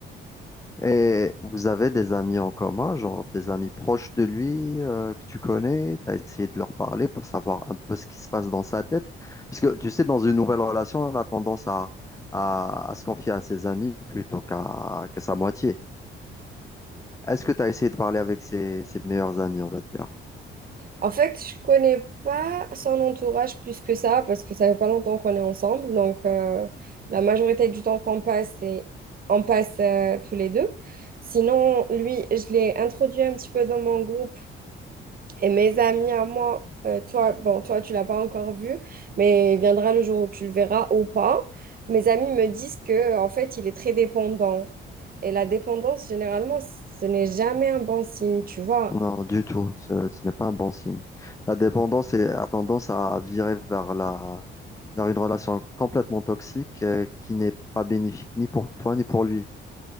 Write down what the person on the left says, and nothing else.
Et vous avez des amis en commun, genre des amis proches de lui euh, que tu connais, tu as essayé de leur parler pour savoir un peu ce qui se passe dans sa tête. Parce que tu sais, dans une nouvelle relation, on a tendance à, à, à se confier à ses amis plutôt qu'à que sa moitié. Est-ce que tu as essayé de parler avec ses, ses meilleurs amis, on va dire?
Non, du tout. Ce, ce n'est pas un bon signe. La dépendance est- a tendance à virer vers la, vers une relation complètement toxique euh, qui n'est pas bénéfique ni pour toi ni pour lui.